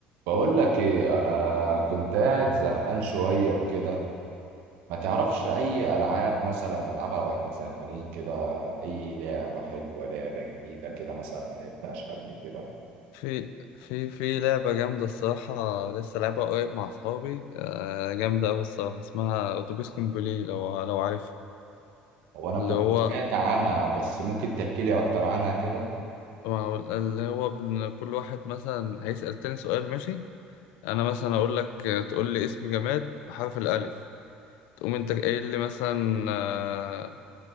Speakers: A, on the right; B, on the left.
A: بقول لك ايه انا كنت قاعد زهقان شويه وكده ما تعرفش اي العاب مثلا نلعبها واحنا زهقانين كده اي لعبه حلوه لعبه جديده كده مثلا ما لعبتهاش قبل كده
B: في في في لعبة جامدة الصراحة لسه لعبها قريب مع أصحابي آه، جامدة أوي الصراحة اسمها أتوبيس كومبلي لو لو عارف
A: هو انا
B: اللي
A: كنت
B: هو
A: سمعت عنها بس ممكن تحكي لي اكتر عنها كده
B: اللي هو بن- كل واحد مثلا هيسأل تاني سؤال ماشي أنا مثلا أقول لك تقول لي اسم جماد بحرف الألف تقوم أنت قايل لي مثلا آه،